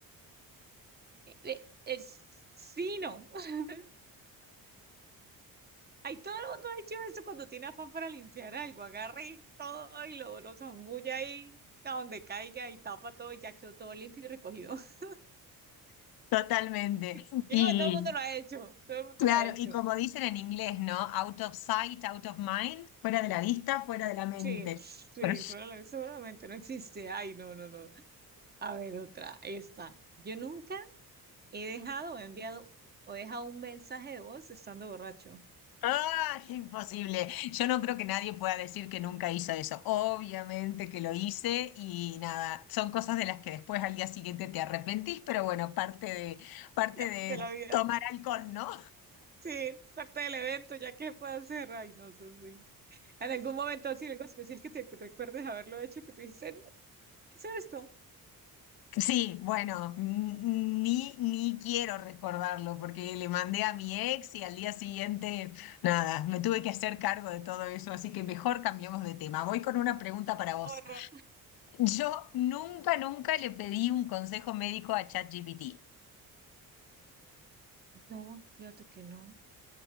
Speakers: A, on the right (about 25°); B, on the left (about 75°).
A: eh, eh, es, sí, no. <laughs> Ay, todo el mundo ha hecho eso cuando tiene afán para limpiar algo. Agarra y todo y lo, lo zambulle ahí a donde caiga y tapa todo y ya quedó todo limpio y recogido. <laughs>
B: Totalmente.
A: Yo
B: Y
A: creo que todo el mundo lo ha hecho. Todo el mundo
B: claro,
A: lo ha hecho.
B: y como dicen en inglés, ¿no? Out of sight, out of mind, fuera de la vista, fuera de la mente.
A: Sí, sí,
B: <laughs> Pero-
A: fuera- la- seguramente no existe. Ay, no, no, no. A ver, otra. Esta. Yo nunca He dejado, o he enviado o he dejado un mensaje de voz estando borracho.
B: ¡Ah! Imposible. Yo no creo que nadie pueda decir que nunca hizo eso. Obviamente que lo hice y nada, son cosas de las que después al día siguiente te arrepentís, pero bueno, parte de, parte
A: Ya,
B: de
A: de la vida.
B: tomar alcohol, ¿no?
A: Sí, es parte del evento, ya que puedo hacer. Ay, no, Sofi. En algún momento así, algo especial que te recuerdes haberlo hecho, que tú dices, "No, hice esto.
B: Sí, bueno, ni, ni quiero recordarlo porque le mandé a mi ex y al día siguiente, nada, me tuve que hacer cargo de todo eso, así que mejor cambiamos de tema. Voy con una pregunta para vos.
A: Horror.
B: Yo nunca, nunca le pedí un consejo médico a ChatGPT.
A: No, fíjate que no.